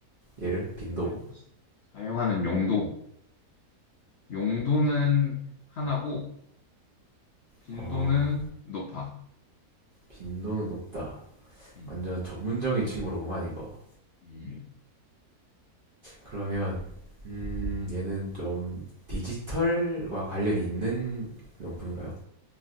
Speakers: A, on the right; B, on the left.
A: 얘를? 빈도.
B: 사용, 사용하는 용도. 용도는 하나고, 빈도는
A: 어,
B: 높아.
A: 빈도는 높다.
B: 음,
A: 완전 전문적인 친구로구만, 이거.
B: 음.
A: 그러면, 음, 얘는 좀 디지털과 관련이 있는 용품인가요?